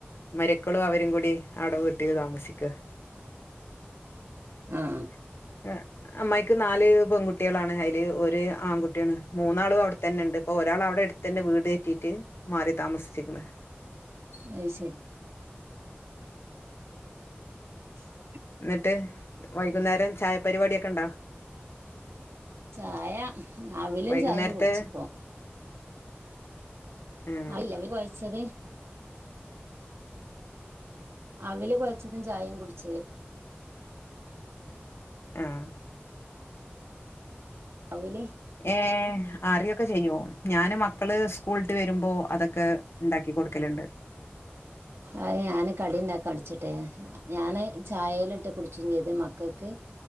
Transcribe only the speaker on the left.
മരി ക്കളും അവരും കൂടി അടവീട്ടിൽ താമസിക്ക <unintelligible>
അമ്മായിക്ക് നാല് പെൺകുട്ടികളാണ് അതില് ഒരു ആൺകുട്ടിയാണ് മൂന്നാളും അവിടെത്തന്നെ ഉണ്ട് ഇപ്പൊ ഒരാൾ അവിടെ എടു തന്നെ വീട് കേറ്റിയിട്ട് മാറി താമസിച്ചക്കണ്
എന്നിട്ട് വൈകുന്നേരം ചായ പരിപാടൊക്കെ ഉണ്ടോ
വൈകുന്നേരത്തെ
ഉം
ആഹ
ഏ അറിയൊക്കെ ചെയ്യോ ഞാന് മക്കള് സ്കൂളട്ട് വരുമ്പോ അതൊക്കെ ഉണ്ടാക്കി കൊടുക്കലുണ്ട്